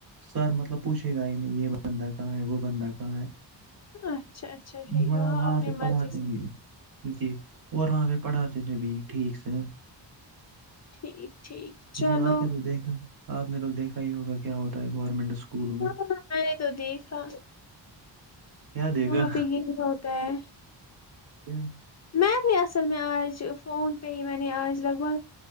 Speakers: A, on the right; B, on the left.
A: سر مطلب پوھے گا نہیں یہ ب بندہ کہاں ہے وہ بندہ کہاں ہے
B: اچھا اچھا ٹھیک
A: بڑا
B: ہے ہاں
A: وہاں
B: اپنی
A: پہ
B: مرضی
A: پڑھاتے
B: سے
A: بھی جی اور وہاں پہ پڑھاتے تھ بھی ٹھیک سے
B: ٹھیک ٹھیک چلو
A: جی آپ نے تو دیکھا آپ نے تو دیکھا ہی ہوگا کیا ہوتا ہے گورنمنٹ اسکول میں
B: ہاں ہاں میں نے تو دیکھا
A: کیا دے
B: وہاں
A: گا
B: پہ یہی ہوتا ہے
A: کیا
B: می بھی اصل میں آج فون پہ ہی میں نے آج لگ بھگ